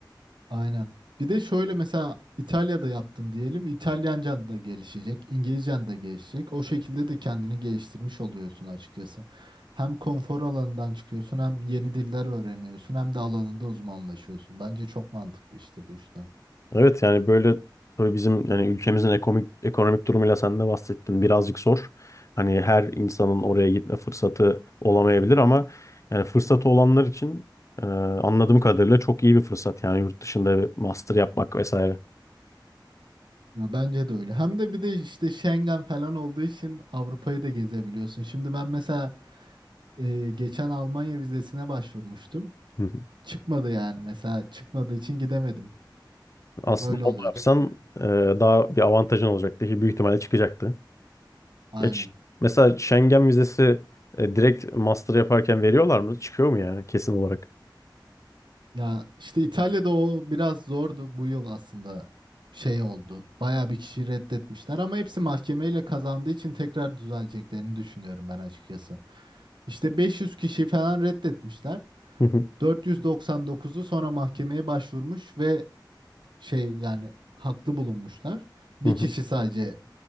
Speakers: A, on the right; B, on the left.
A: Aynen. Bir de şöyle mesela İtalya'da yaptın diyelim. İtalyancan da gelişecek, İngilizcen de gelişecek. O şekilde de kendini geliştirmiş oluyorsun açıkçası. Hem konfor alanından çıkıyorsun, hem yeni diller öğreniyorsun, hem de alanında uzmanlaşıyorsun. Bence çok mantıklı işte bu yüzden.
B: Evet yani böyle tabii bizim yani ülkemizin ekonomik ekonomik durumuyla sen de bahsettin birazcık zor. Hani her insanın oraya gitme fırsatı olamayabilir ama yani fırsatı olanlar için e, anladığım kadarıyla çok iyi bir fırsat yani yurt dışında bir master yapmak vesaire.
A: Ya bence de öyle. Hem de bir de işte Schengen falan olduğu için Avrupa'yı da gezebiliyorsun. Şimdi ben mesela e, geçen Almanya vizesine başvurmuştum.
B: Hı hı.
A: Çıkmadı yani mesela çıkmadığı için gidemedim.
B: Aslında
A: Böyle
B: onu
A: oluyor
B: yapsan
A: Türkiye'de.
B: e, daha bir avantajın olacaktı ki büyük ihtimalle çıkacaktı.
A: Aynen.
B: Ya mesela Schengen vizesi e, direkt master yaparken veriyorlar mı? Çıkıyor mu yani kesin olarak?
A: Ya işte İtalya'da o biraz zordu bu yıl aslında şey oldu. Bayağı bir kişi reddetmişler ama hepsi mahkemeyle kazandığı için tekrar düzeleceklerini düşünüyorum ben açıkçası. İşte 500 kişi falan reddetmişler.
B: <laughs>
A: 499'u sonra mahkemeye başvurmuş ve şey yani haklı bulunmuşlar. Bir
B: Hı hı.
A: kişi sadece